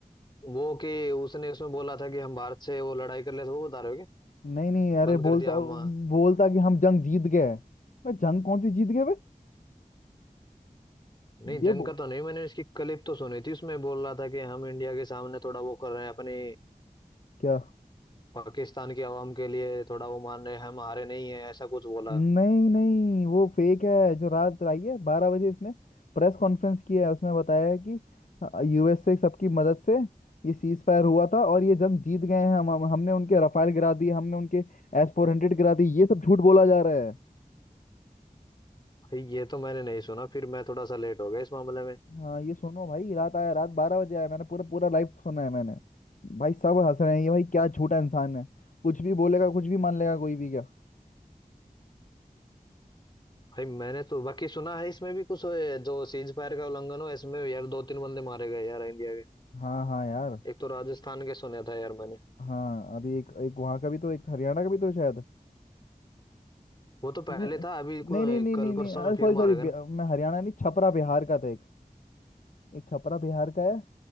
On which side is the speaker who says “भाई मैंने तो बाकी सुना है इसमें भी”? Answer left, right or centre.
Left